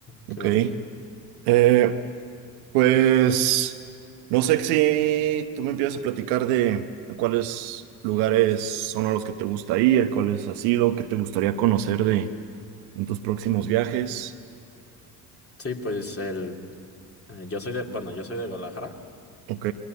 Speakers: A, on the right (about 65°); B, on the left (about 25°).
A: Ok.
B: Qué bueno.
A: Eh, pues no sé si tú me empiezas a platicar de a cuáles lugares son a los que te gusta ir, cuáles has ido, qué te gustaría conocer de en tus próximos viajes.
B: Sí, pues el, eh, yo soy de, bueno, yo soy de Guadalajara
A: Ok,